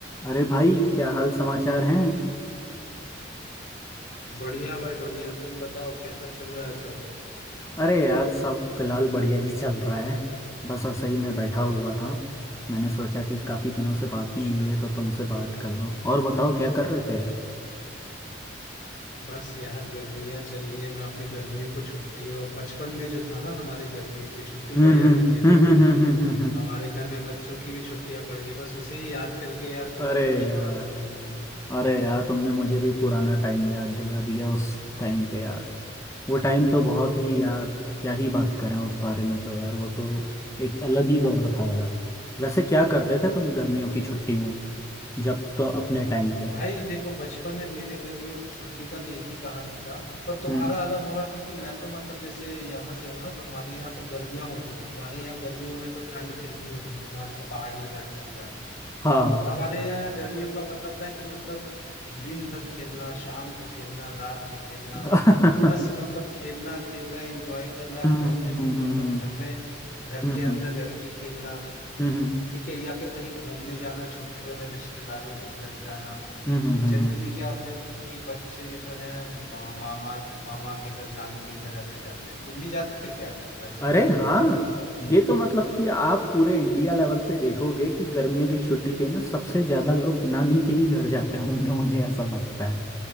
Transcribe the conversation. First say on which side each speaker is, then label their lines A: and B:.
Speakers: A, on the left; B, on the left.
A: अरे भाई क्या हाल समाचार हैं
B: बढ़िया भाई बढ़िया तुम बताओ कैसा चल रहा है सब
A: अरे यार सब फिलहाल बढ़िया ही चल रहा है बस ऐसे ही मैं बैठा हुआ था मैंने सोचा कि काफ़ी दिनों से
B: अच्छा
A: बात नहीं हुई है तो तुमसे बात कर लूं और बताओ क्या कर रहे थे
B: बस यार गर्मियां चल रही है मैं अपनी गर्मियों को छुट्टी और बचपन में जो था ना हमारे गर्मियों की छुट्टी
A: हम्म
B: पड़ जाती
A: हम्म
B: थी अभी
A: हम्म
B: तो
A: हम्म हम्म हम्म हम्म, हम्म।
B: हमारे घर में बच्चों की भी छुट्टियां पड़ गई बस उसे ही याद करके यार थोड़ा
A: अरे
B: खुश
A: यार
B: हो रहा था मन ही मन
A: अरे यार तुमने मुझे भी पुराना टाइम याद दिला दिया उस टाइम पे यार वो टाइम तो बहुत ही यार क्या ही बात करें उस बारे में तो यार वो तो एक अलग ही दौर था यार वैसे क्या करते थे तुम गर्मियों
B: वही
A: की छुट्टी में जब तो अपने टाइम पे
B: भाई देखो बचपन में मेरे गर्मियों की छुट्टी का तो एक ही कहानी था पर तुम्हारा
A: हम्म
B: अलग होगा क्योंकि मैं तो मतलब जैसे यहाँ से हूँ ना तो हमारे यहाँ तो गर्मियां होती थी तुम्हारे यहाँ गर्मियों में तो ठंड फिर भी होती थी तुम्हारे तो पहाड़ी इलाके की बात है
A: हाँ
B: तो हमारे यहाँ गर्मियों का मतलब था कि मतलब दिन भर खेलना शाम को खेलना रात को खेलना
A: <laughs> हम्म
B: बस मतलब खेलना खेलना एंजॉय करना
A: हम्म
B: घर में
A: हम्म
B: मतलब घर में घर
A: हम्म
B: के अंदर रह के खेलना
A: हम्म हम्म हम्म, हम्म।
B: ठीक है या फिर कहीं घूमने जाना छुट्टियों में रिश्तेदारों के घर जाना
A: हम्म, हम्म, हम्म।
B: जनरली क्या होता है कि बच्चे जो है मा, मामा मामा के घर नानी के घर ऐसे जाते हैं तुम भी जाते थे क्या वैसे
A: अरे हाँ ये तो मतलब कि आप पूरे इंडिया लेवल पे देखोगे कि गर्मियों की छुट्टी पे ना सबसे ज्यादा लोग नानी के ही घर जाते होंगे मुझे ऐसा लगता